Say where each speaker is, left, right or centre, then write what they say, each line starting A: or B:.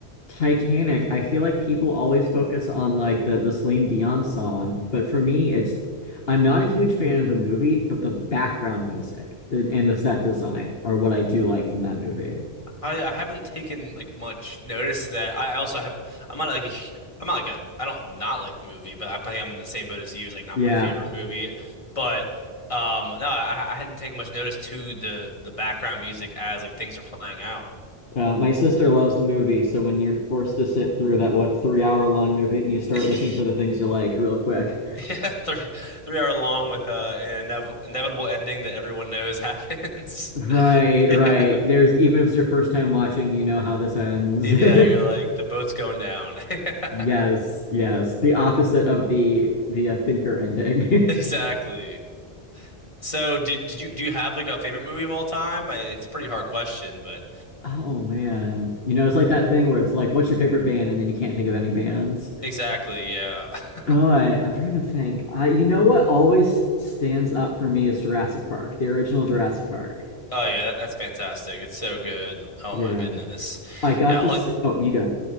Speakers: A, on the left (about 65°); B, on the left (about 30°).
A: Titanic, I feel like people always focus on like the the Celine Dion song, but for me, it's I'm not a huge fan of the movie, but the background music and, and the set design are what I do like from that movie.
B: I, I haven't taken like much notice to that. I I also have I'm not like a, hu- I'm not like a I don't not like the movie, but I think I'm in the same boat as you. It's like not
A: Yeah,
B: my favorite movie, but um no, I, I hadn't taken much notice to the the background music as like things are playing out.
A: uh, my sister loves the movie, so when you're forced to sit through that what three hour long movie, you start
B: <laughs>
A: looking for the things you like real quick.
B: Yeah, three three hour long with uh, an inev inevitable ending that everyone knows happens.
A: Right,
B: <laughs> Yeah,
A: right. There's even if it's your first time watching, you know how this ends.
B: yeah, you're like
A: <laughs>
B: the boat's going down. <laughs>
A: Yes, yes. The opposite of the the uh, thinker ending.
B: Exactly.
A: <laughs>
B: So did did you do you have like a favorite movie of all time? I, it's a pretty hard question, but
A: Oh man. You know, it's like that thing where it's like, what's your favorite band? And then you can't think of any bands.
B: exactly, yeah. <laughs>
A: But I'm trying to think. I, you know what always stands up for me is Jurassic Park, the original Jurassic Park.
B: Oh yeah, that, that's fantastic. It's so good. Oh
A: Yeah.
B: my goodness.
A: I got
B: Yeah,
A: to
B: like
A: see, oh, you go.